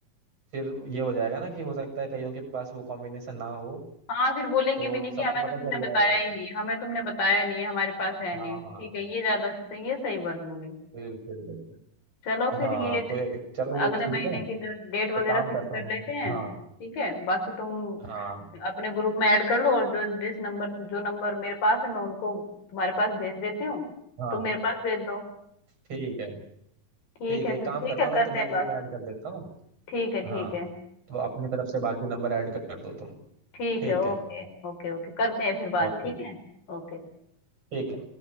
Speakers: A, on the right (about 40°); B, on the left (about 70°).
A: फिर ये हो जाएगा ना कि हो सकता है कईयों के पास वो कॉम्बिनेशन ना हो
B: हाँ फिर बोलेंगे
A: तो
B: भी नहीं
A: सबको
B: कि हमें
A: पता
B: तो तुमने
A: चल जाएगा
B: बताया ही नहीं हमें तुमने बताया नहीं हमारे पास है
A: हाँ
B: नहीं ठीक
A: हाँ
B: है ये ज्यादा सही ये सही बात बोली
A: बिल्कुल बिल्कुल।
B: चलो फिर
A: हाँ
B: ये
A: तो एक चलो
B: अगले
A: ये ठीक
B: महीने
A: है
B: की जो डेट
A: तो
B: वगैरह
A: काम
B: फिक्स
A: करता हूँ
B: कर लेते हैं
A: हाँ
B: ठीक है बाकी तुम
A: हाँ
B: अपने ग्रुप में ऐड कर लो और जो जिस नंबर जो नंबर मेरे पास है मैं उनको तुम्हारे पास भेज देती हूँ
A: हाँ
B: तुम मेरे पास भेज दो
A: ठीक है
B: ठीक
A: ठीक
B: है
A: है
B: फिर
A: एक काम
B: ठीक
A: करता
B: है
A: हूँ मैं
B: करते
A: तुम्हें
B: हैं
A: ग्रुप
B: बात
A: में ऐड कर देता हूँ
B: ठीक है ठीक
A: हाँ
B: है
A: तो अपनी तरफ से बाकी नंबर ऐड कर दो तुम
B: ठीक
A: ठीक
B: है ओके
A: है
B: ओके ओके करते हैं फिर बात
A: ओके
B: ठीक है ओके
A: ठीक है